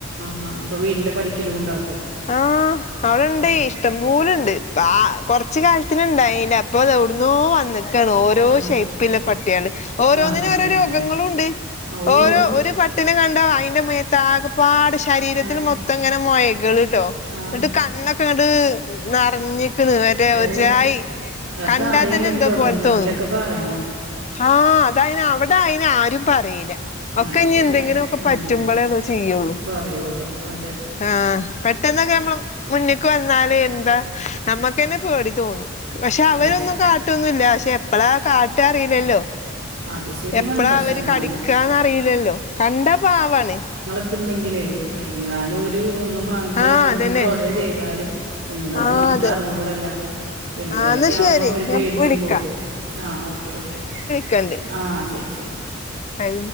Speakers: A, on the right; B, on the left.
A: ആഹ് അപ്പോ വീടിൻ്റെ പടിക്കല് കൊണ്ടാക്കും
B: ആഹ് അവിടെ ഇണ്ടെയ്
A: ഓ
B: ഇഷ്ടം പോലെണ്ട് ബാ കൊർച്ച് കാലത്തിന്ണ്ടായീല ഇപ്പതാ ‌ ഒവ്ട്ന്നോ വന്ന്ക്കാണ് ഓരോ
A: ആ
B: ഷെയ്പ്പില്ല പട്ട്യാള് ഓരോന്നിനും
A: ആ അതന്നെ
B: ഓരോ രോഗങ്ങളും ഇണ്ട്
A: ആ ഓ
B: ഓരോ ഒരു പട്ട് ട്ടിനെ കണ്ടാ അയ്ന്റെ മേത്താകപ്പാടെ ശരീരത്തില്
A: ആ
B: മൊത്തം ങ്ങനെ മൊഴകള് ന്നട്ട്
A: ആ
B: കണ്ണൊക്കെ ഇങ്ങട്ട് നെറഞ്ക്ണ് വരെ
A: ഓ
B: ഒര്ജായി
A: അതൊക്കെ
B: കണ്ടാത്തന്നെ
A: ആരെങ്കിലും
B: എന്തോ
A: ഗവൺമെൻറ്റിലൊക്കെ
B: പോലെത്തോന്നും
A: പറയണം
B: ആഹ് അതയിന് അവടെ അയിനാരും പറീല
A: ആ
B: ഒക്കെ
A: അത്
B: ഇഞ്ഞി
A: ശരിയാണ്
B: എന്തെങ്കിലൊക്കെ
A: ഉം.
B: പറ്റുമ്പളേള്ളൂ ചെയ്യൊള്ളൂ
A: പറയുള്ളൂ അതെ
B: ആഹ് പെട്ടെന്നൊക്കെ നമ്മള മുന്ന്ക്ക് വന്നാല് എന്താ നമ്മക്കന്നെ പേടി തോന്നും പക്ഷെ അവരൊന്നും
A: അത് ശ-
B: കാട്ടൊന്നുംല്ല പക്ഷെ എപ്പളാ കാട്ട അറീല്ലല്ലോ
A: അത് ശരിയാണ്
B: എപ്പളാ
A: പക്ഷെ
B: അവര്
A: എന്നാലും
B: കടിക്കാന്നറിയില്ലല്ലോ കണ്ടാ പാവാണ്
A: ക്ക്ണ്ടെങ്കില് എങ്ങാനും ഒര് ഒന്ന് മാന്തേ
B: ആഹ് അതന്നെ
A: ഒന്ന് തൊടെ ചെയ്താലും എന്താന്ന്
B: ആഹ്
A: നമുക്ക്
B: അതെ
A: അറിഞ്ഞൂടല്ലോ പിള്ളേരെക്കെ
B: ആഹ് ന്നാ
A: ആവുമ്പോ
B: ശരി
A: ഓര്
B: ഞാൻ
A: പേടിച്ചും
B: വിളിക്കാം
A: പോവും ആഹ് ഓക്കെ ഓക്കെ
B: ക്കണ്ട്
A: ആഹ് ശരി ശരി
B: ടൈം